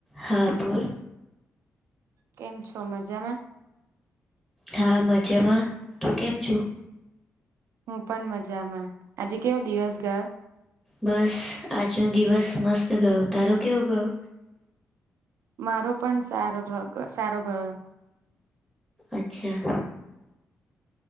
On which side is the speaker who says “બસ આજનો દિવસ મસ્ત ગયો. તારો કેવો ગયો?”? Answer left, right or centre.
Centre